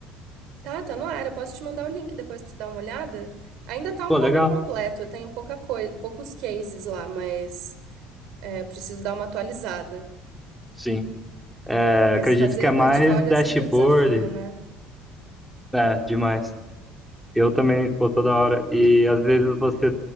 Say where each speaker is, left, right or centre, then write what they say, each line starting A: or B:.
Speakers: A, on the right; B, in the centre.
A: Tá, tá no ar. Eu posso te mandar o link depois pra você dar uma olhada. Ainda tá
B: Pô,
A: um pouco
B: legal.
A: incompleto. Eu tenho pouca coisa, poucos cases lá, mas é, eu preciso dar uma atualizada.
B: Sim. É,
A: Mas
B: acredito
A: fazer
B: que é mais
A: portfólio
B: dashboard,
A: é sempre um desafio, né?
B: é, demais. Eu também, pô, toda hora. E às vezes você